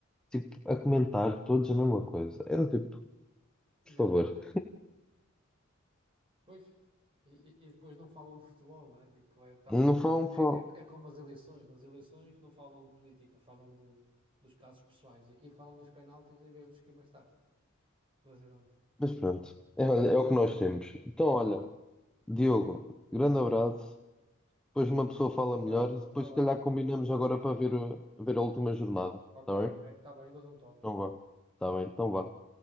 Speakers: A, in the centre; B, on the right (about 25°).
A: tipo, a comentar todos a mesma coisa? Era tipo,
B: yeah.
A: por favor,
B: Pois. E, e- e depois não falam de futebol, né? Tipo, é, o que estava
A: não falam,
B: é,
A: falam.
B: é é como as eleições. Nas eleições não falam de política, falam do, dos casos pessoais. E aqui falam dos penaltis em vez dos esquemas táticos. Mas pronto.
A: Mas pronto, é, olha, é o que nós temos. Então, olha, Diogo, grande abraço. Depois uma pessoa fala
B: Um
A: melhor
B: abraço.
A: e depois,
B: Tá bem.
A: se calhar, combinamos agora para ver, o- ver a última jornada.
B: Ok,
A: Está bem?
B: ok. Está bem, eu dou-te um toque.
A: Então vá. Está
B: Tá
A: bem,
B: bom.
A: então vá.